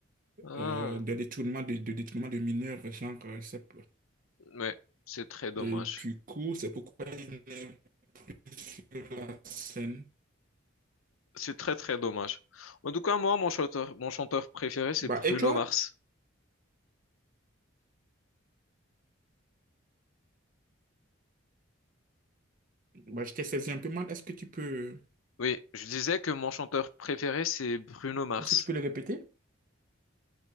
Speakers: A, on the left; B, on the right.
A: ah,
B: euh, de détournement de, de détournement de mineurs, genre euh, c'est-
A: mais c'est très dommage.
B: et du coup c'est pourquoi il est plus sur la scène.
A: C'est très très dommage. En tout cas, moi, mon chanteur, mon chanteur préféré, c'est
B: Bah
A: Bruno
B: et toi,
A: Mars.
B: bah, je t'ai saisi un peu mal. Est-ce que tu peux
A: Oui, je disais que mon chanteur préféré, c'est Bruno Mars.
B: est-ce que tu peux le répéter?